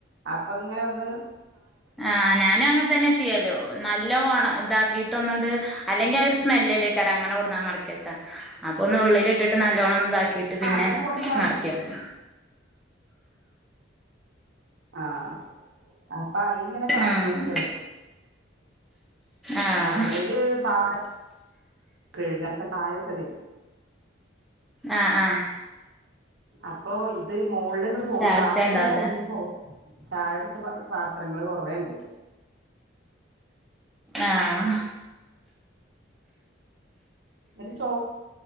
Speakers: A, on the right; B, in the centre.
A: അപ്പങ്ങനൊന്ന്
B: ആഹ് ഞാനു അങ്ങെൻതന്നാ ചെയ്യല് നല്ലോണ താക്കിട്ടൊന്ന് ട് അല്ലെങ്കി ആഹ് ഒരു സ്മെല്ക്കർ അങ്ങനെ കൊടുന്നാൽ മടക്കി വെച്ചാ അപ്പോൾ ഒന്ന് ഉള്ളിലിട്ടിട്ട് നല്ലവണ്ണം ഇതാക്കിയിട്ട്
A: ആ
B: പിന്നെ
A: അങ്ങനെ കൊടുന്ന് മണക്കി
B: നടത്തിേക്കും
A: ആഹ് അപ്പൊ അത് ഇങ്ങനെ കാട്ടി
B: ഉം
A: കൊടുക്ക എടുപ്പും
B: ആഹ്
A: അടുക്കളയില് പാത്ര <inaudible> കഴുകാത്ത ചായൊക്കെത
B: ആഹ് ആഹ്
A: അപ്പൊ ഇത് മോളിൽ ഇങ്ങട്ട് പോകുന്നു
B: ചായ കുടിച്ചേണ്ടാവൂലേ
A: രാക്കൊന്ന് കഴിഞ്ഞിട്ട് പോക ചായടിച്ച പാത്രങ്ങള്ൾ കൊറണ്ട്
B: ആഹ്
A: ന്നട്ട് ചോ